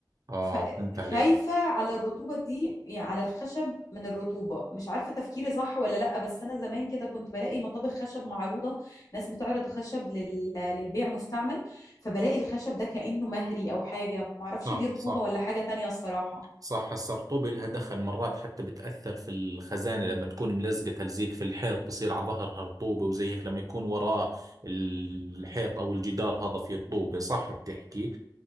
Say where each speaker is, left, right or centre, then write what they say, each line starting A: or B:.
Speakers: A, on the right; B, on the left.
A: آه
B: فخايفة
A: فهمت عليك
B: على الرطوبة دي يعني على الخشب من الرطوبة مش عارفة تفكيري صح ولا لأ بس أنا زمان كده كنت بلاقي مطابخ خشب معروضة ناس بتعرض خشب لل... للبيع مستعمل فبلاقي الخشب ده كأنه مهري أو حاجة معرفش
A: صح
B: دي رطوبة
A: صح
B: ولا حاجة تانية الصراحة
A: صح السرطوبة لها دخل مرات حتى بتأثر في الخزانة لما تكون ملزقة تلزيق في الحيط بصير على ظهرها رطوبة وزي هيك لما يكون وراه الحيط أو الجدار هذا فيه رطوبة صح بتحكي